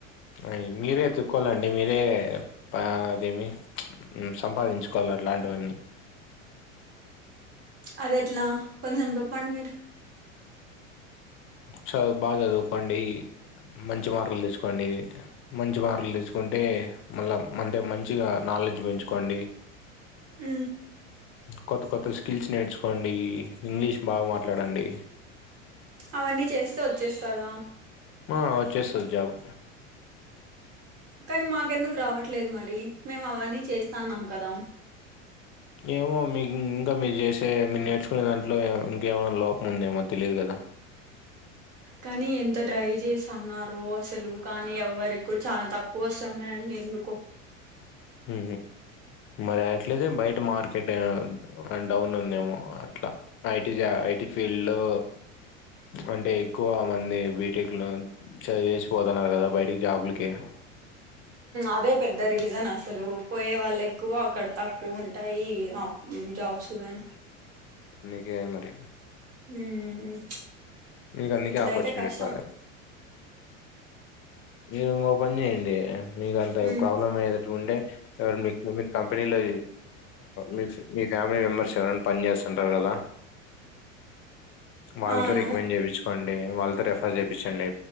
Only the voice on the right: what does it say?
అది ఎట్లా కొంచెం తప్పండి మీరు.
అ.
అవన్నీ చేస్తే వచ్చేస్తదా
కానీ మాకెందుకు రావట్లేదు మరి మేము అవన్నీ చేస్తాన్నాం కదా.
కానీ ఎంత ట్రై చేసి అన్నారో అసలు. కానీ ఎవ్వరి కూడా చాలా తక్కువ వస్తున్నాయండి ఎందుకు.
అదే పెద్ద రీజన్ అసలు పోయే వాళ్ళు ఎక్కువ అక్కడ తక్కువ ఉంటాయి. జిమ్ జాబ్స్ ఎవరైనా.
హ
ఇట్ల
అయితే కష్టం.
హ్మ్
అవును